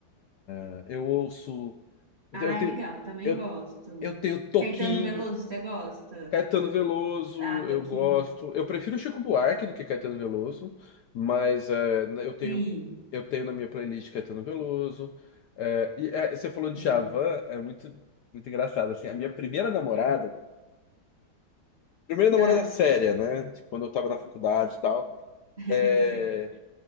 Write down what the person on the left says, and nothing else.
né? Eu ouço, eu
tenho,
eu,
eu tenho Toquinho,
Caetano Veloso,
eu
gosto. Eu prefiro Chico Buarque do que Caetano Veloso, mas é, na- eu tenho,
eu tenho na minha playlist Caetano Veloso. É, e é, você falou de
Djavan, é muito, muito engraçado assim. A minha primeira namorada Primeira namorada
séria, né? Tipo, Quando eu tava na faculdade e tal.
É,